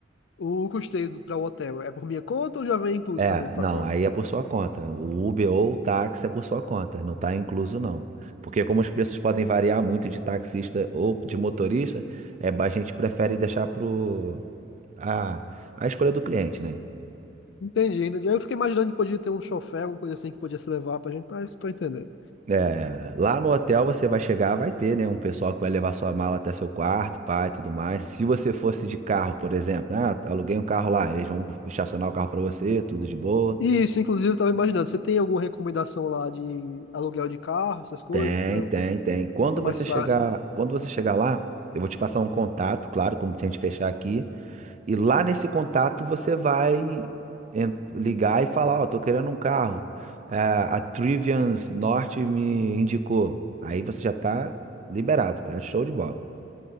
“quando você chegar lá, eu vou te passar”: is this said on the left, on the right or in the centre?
Right